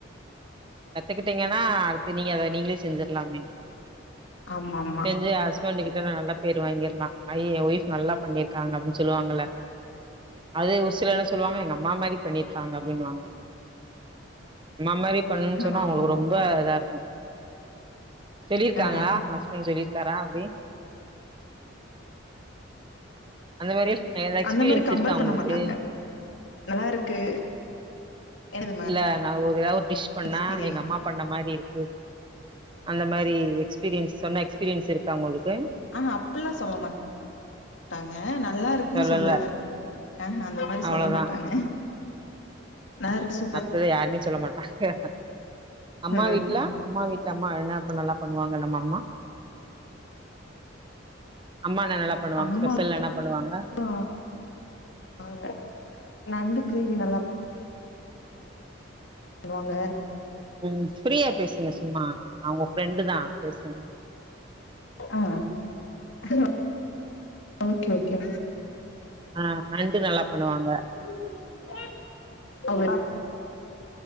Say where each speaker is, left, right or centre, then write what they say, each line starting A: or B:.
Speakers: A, on the right (about 25°); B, on the left (about 70°).
A: கத்துக்கிட்டீங்கன்னா அடுத்து நீங்க அத நீங்களே செஞ்சிறலாமே
B: ஆமா ஆமா
A: செஞ்சு ஹஸ் ஹஸ்பான்ட் கிட்ட நல்லா பேர் வாங்கிறலா ஐ ஏ ஒய்ப் நல்லா பண்ணிருக்காங்க அப்டின்னு சொல்லுவாங்கல்ல அது ஒரு சிலர் என்ன சொல்லுவாங்க எங்க அம்மா மாரி பண்ணியிருக்காங்க அப்டின்வாங்க அம்மா மாரி சொன்னா
B: ஆமா
A: அவங்களுக்கு
B: ஆமா
A: ரொம்ப இதா இருக்கு சொல்லி இருக்காங்ளா
B: ஆ
A: ஒ ஹஸ்பண்ட் சொல்லியிருக்காரா அப்டி அந்த மாரி எதா எக்ஸ்பீரியன்ஸ்
B: அந்த மாரி கம்பேர்
A: இருக்கா உங்களுக்கு?
B: பண்ண மாட்டாங்க நல்லா இருக்கு என்னது மேம்
A: இல்ல நா ஒரு எதாவது ஒரு டிஷ் பண்ணா
B: எக்ஸ்பீரியன்
A: எங்க அம்மா பண்ண மாரி இருக்கு அந்த மாரி எக்ஸ்பீரியன்ஸ் சொன்ன எக்ஸ்பீரியன்ஸ் இருக்கா உங்களுக்கு
B: ஆஹா அப்டில்லா சொல்ல மாட் சொல்ல மாட்டாங்க நல்லா இருக்குன்னு
A: சொல்லல
B: சொல்லுவாங்க ஆஹ அந்த மாரி
A: அவ்ளோதா
B: சொல்ல மாட்டாங்க நருக்ஸ்
A: அப்டி யாருமே சொல்ல மாட்டாங்க அம்மா
B: ம்
A: வீட்ல அம்மா வீட்ல அம்மா அழுனா அப்ப நல்லா பண்ணுவாங்க நம்ம அம்மா அம்மா நா நல்லா பண்ணுவாங்க
B: அம்மா
A: ஸ்பெஷல் என்ன பண்ணுவாங்க
B: ஆ ஆ நண்டு கிரேவி நல்லா பண்ணுவாங்க
A: ம் ஃப்ரீயா பேசுங்க சும்மா நா உங்க ஃப்ரெண்டு தா பேசுங்க
B: ஆ ஆ ஓகே ஓகே
A: ஆ நண்டு நல்லா பண்ணுவாங்க
B: <inaudible>